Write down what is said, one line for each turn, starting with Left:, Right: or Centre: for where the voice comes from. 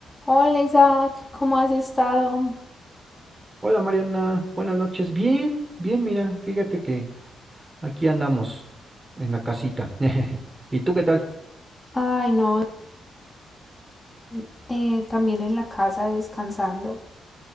Left: Hola Isaac, ¿cómo has estado?
Right: Hola Mariana, buenas noches. Bien, bien, mira, fíjate que aquí andamos en la casita. <laughs> ¿Y tú qué tal?
Left: Ay, no, bien, eh, también en la casa descansando.